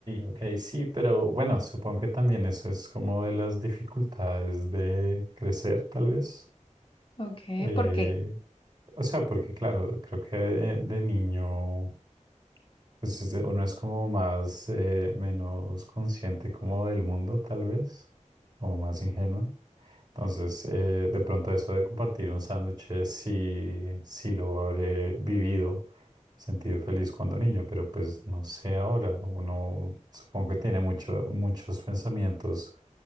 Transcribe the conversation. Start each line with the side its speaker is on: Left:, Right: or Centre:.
Right: ok, sí, pero bueno, supongo que también eso es como de las dificultades de crecer, tal vez.
Left: ok,
Right: Eh,
Left: ¿por qué?
Right: o sea, porque claro, creo que de, de niño pues es- uno es como más, eh, menos consciente como del mundo, tal vez, como más ingenuo. Entonces, eh, de pronto eso de compartir un sándwich, eh, sí, sí lo habré vivido, sentido feliz cuando niño, pero pues no sé ahora. Uno supongo que tiene mucho- muchos pensamientos